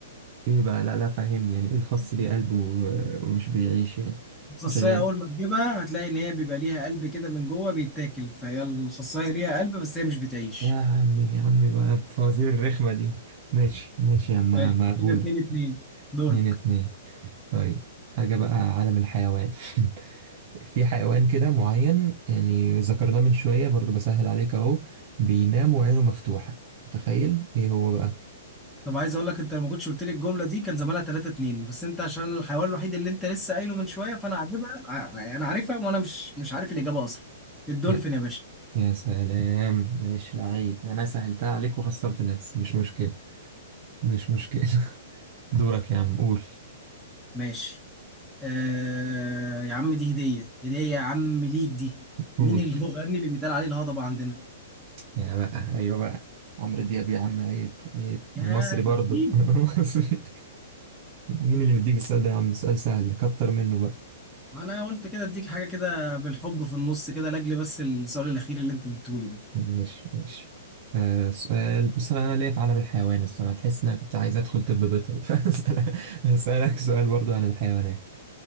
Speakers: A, on the right; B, in the centre.
A: ايه بقى لا لا فهمني يعني ايه الخس ليه قلب و- ومش بيعيش يعني
B: الخصاية
A: عشان يعني
B: أول ما تجيبها هتلاقي إن هي بيبقى ليها قلب كده من جوه بيتاكل فهي الخصاية ليها قلب بس هي مش بتعيش
A: يا عمي يا عمي بقى بفوازير الرخمة دي ماشي ماشي يا عم
B: حلو.
A: مقبولة
B: كده اتنين اتنين دورك
A: اتنين اتنين طيب حاجة بقى عالم الحيوان <laughs> في حيوان كده معين يعني ذكرناه من شوية برضو بسهل عليك اهو بينام وعينه مفتوحة تخيل ايه هو بقى
B: طب عايز أقول لك أنت لما كنتش قلت لي الجملة دي كان زمانها تلاتة اتنين بس أنت عشان الحيوان الوحيد اللي أنت لسه قايله من شوية فأنا عاجبها ع- أنا عارفها وأنا مش مش عارف الإجابة أصلا الدولفين
A: يا,
B: يا باشا
A: يا سلام ماشي لعيب انا سهلتها عليك وخسرت نفسي مش مشكلة مش مشكلة <laughs> دورك يا عم قول
B: ماشي آه يا عم دي هدية هدية يا عم ليك دي مين
A: قول
B: المغني اللي بيتقال عليه الهضبة عندنا؟
A: يا بقى ايوه بقى عمرو دياب يا عم عيب عيب
B: يا
A: أنا مصري برضو
B: لعيب
A: <laughs> أنا مصري مين اللي مديك السؤال ده يا عم سؤال سهل كتر منه بقى
B: انا قلت كده اديك حاجه كده بالحب في النص كده لاجل بس السؤال الاخير اللي انت اديتهولي ده
A: ماشي ماشي آه سؤال بص انا ليا في عالم الحيوان الصراحه تحس ان انا كنت عايز ادخل طب بيطري <laughs> فاسالك هسالك سؤال برضو عن الحيوانات